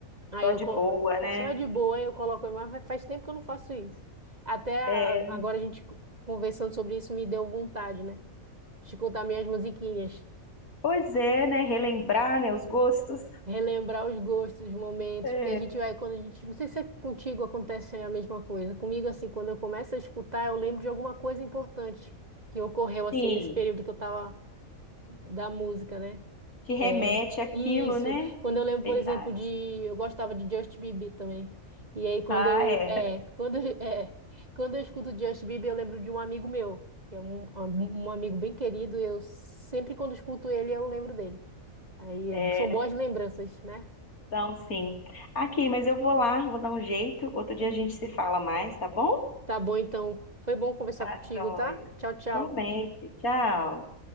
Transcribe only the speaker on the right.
Aí
eu
co-
só de boa eu coloco, mas faz tempo que eu não faço isso. Até a-
agora a gente conversando sobre isso me deu vontade, né? De escutar minhas musiquinhas,
relembrar os gostos, os momentos,
porque a gente vai quando a gente, não sei se é contigo acontece a mesma coisa. Comigo assim, quando eu começo a escutar, eu lembro de alguma coisa importante que ocorreu assim
nesse período que eu tava da música, né?
É,
isso.
Quando eu lembro,
por exemplo, de. Eu gostava de Justin Bieber também. E aí, quando
eu.
É, quando, <laughs> é, quando eu escuto Justin Bieber, eu lembro de um amigo meu, que é um, um amigo bem querido. E eu sempre, quando escuto ele, eu lembro dele. Aí é-
são boas lembranças, né?
Tá bom, então. Foi bom conversar
contigo,
tá? Tchau, tchau.